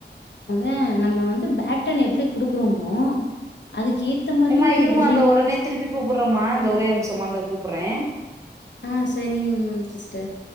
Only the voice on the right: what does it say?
ஏமா
இருமா
அந்த உடனே திருப்பி கூப்டுறோமா அந்த ஒரே நிம்ஷமா அந்த கூப்றேன்